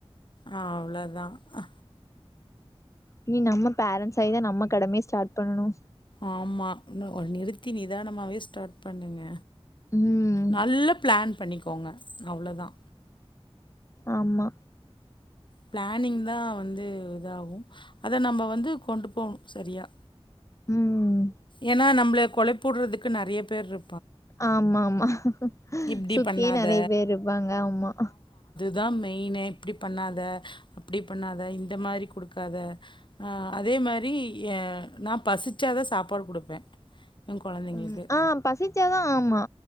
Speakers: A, on the left (about 50°); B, on the left (about 30°).
A: ஆ அவ்வளதாங்க
B: இனி நம்ம பேரன்ஸ் ஆயிதா நம்ம கடமய ஸ்டார்ட் பண்ணனு
A: ஆமா ஒரு நிறுத்தி நிதானமாவே ஸ்டார்ட் பண்ணுங்க
B: ம்
A: நல்ல பிளான் பண்ணிக்கோங்க அவ்ளோதா
B: ஆமா
A: பிளானிங் தா வந்து இதாகு அத நம்ம வந்து கொண்டு போணு சரியா
B: ம்
A: ஏன்னா நம்மள கொழப்புடுறதுக்கு நெறைய பேர் இரு
B: ஆமா ஆமா
A: இப்டி
B: சுத்தி
A: பண்ணாத
B: நெறய பேர் இருப்பாங்க ஆமா
A: தா மெயினே இப்டி பண்ணாத அப்டி பண்ணாத இந்த மாரி குடுக்காத அ அதே அதே மாரி எ நா பசிச்சாதா சாப்பாடு குடுப்பே எ கொழந்தைங்களுக்கு
B: ம் ஆ பசிச்சாதா ஆமா